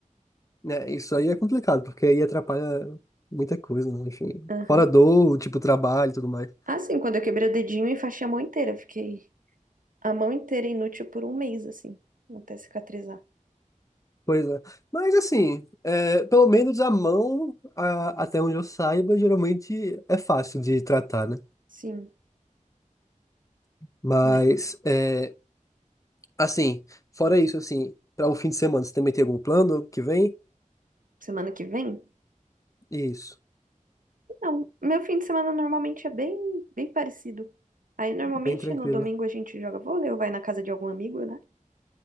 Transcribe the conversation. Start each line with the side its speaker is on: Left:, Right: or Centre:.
Left: É, isso aí é complicado, porque aí atrapalha muita coisa, né? Enfim.
Right: Aham.
Left: Fora dor, tipo, trabalho e tudo mais.
Right: Ah, sim, quando eu quebrei o dedinho, eu enfaixei a mão inteira. Fiquei a mão inteira inútil por um mês, assim, até cicatrizar.
Left: Pois é. Mas assim, é, pelo menos a mão, a- até onde eu saiba, geralmente é fácil de tratar, né?
Right: Sim.
Left: Mas,
Right: Mas
Left: é, assim, fora isso, assim, para o fim de semana, você também tem algum plano que vem?
Right: Semana que vem?
Left: Isso,
Right: Não, meu fim de semana normalmente é bem, bem parecido. Aí normalmente
Left: bem tranquilo.
Right: no domingo a gente joga vôlei ou vai na casa de algum amigo, né?